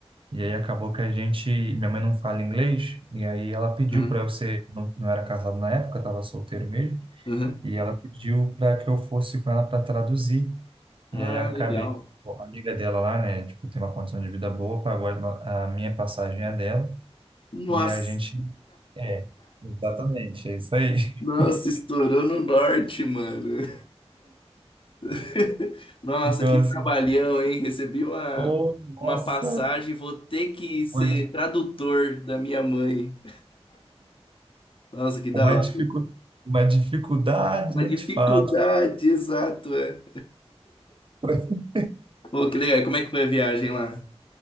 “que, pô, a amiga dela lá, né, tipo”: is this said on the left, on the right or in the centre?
Right